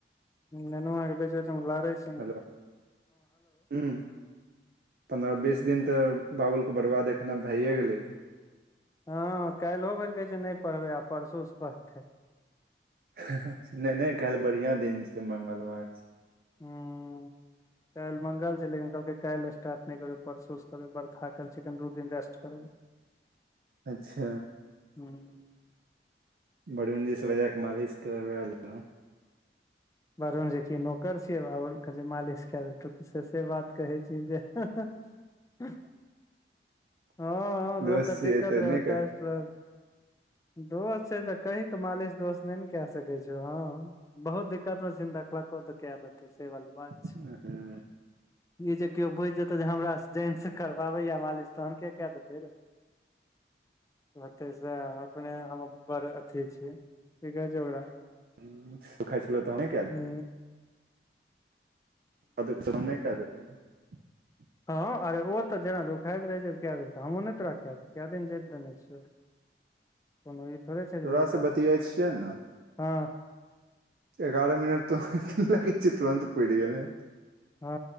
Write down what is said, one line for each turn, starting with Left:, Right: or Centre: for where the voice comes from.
Left: ननुआ कें बेच बेच म लारै छै
Right: <unintelligible> पंन्द्रह बीस दिन तऽ बाबुल कऽ बड़बाद अखन आब भैए गेले
Left: हँ काइलो भैर कहै छै नै पढ़बै आ परसो स पढ़तै
Right: <unintelligible> नै नै काइल बढ़िआँ दिन छै मगंलवार छै
Left: हु <inaudible> काइल मंगल छै लेकिन कहलकै काइल स्टार्ट नै करबै परसू स करबै बर थाकल छी एखन दू दिन रेस्ट करबै
Right: अच्छ
Left: <unintelligible>
Right: बरूनजी स बजा कऽ मालिश करबै लियो
Left: बरूनजी कि नौकर छियै बाबूल कऽ मालिश कै देतो से से बात कहै छी जे <unintelligible> हऽ हऽ
Right: दोस्त
Left: लोक कऽ
Right: छियै
Left: दिक्कत
Right: तऽ
Left: रहल
Right: नहि कर
Left: कष्ट रहल दोस छै तऽ कहि कऽ मालिश दोस नै न कै सकै छौ हऽ बहुत दिक्कत कऽ तऽ छिहिन देखलको तऽ कै दतौ से वाली बात
Right: <unintelligible>
Left: <inaudible> ई जे केओ बुझि जेतौ जे हमरा जाइनस करवाबै यऽ मालिश तहन केँ कै देतै रे ओतै से अपने हम बड़ अथी छी कि कहै छै ओकरा
Right: <unintelligible>
Left: हु
Right: <unintelligible>
Left: हँ अरे ओ तऽ जेना दुखायत रहै छै कए बैर तऽ हमहुँ नहि तोरा जैंत दै छियौ कै दिन जैंत दै छियै कोनो ई थोड़े छै
Right: तोरा
Left: जे नै
Right: से
Left: जात
Right: बतियाइ छियै ने
Left: हँ
Right: एगारह मिनट तऽ लगै छै तुरत पैड़ि गेले
Left: हँ